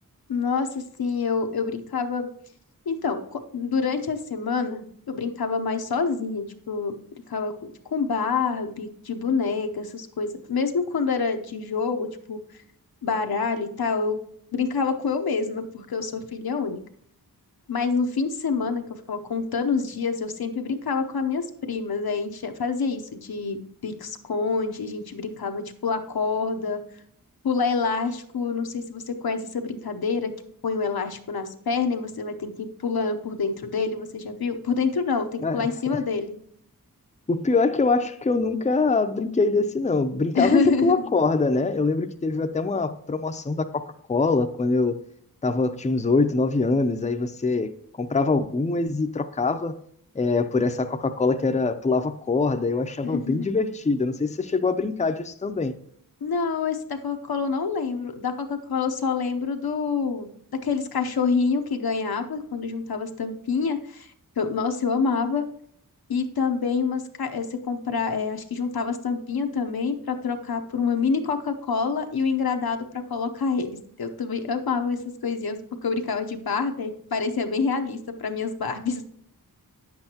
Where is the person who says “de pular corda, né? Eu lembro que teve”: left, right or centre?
Left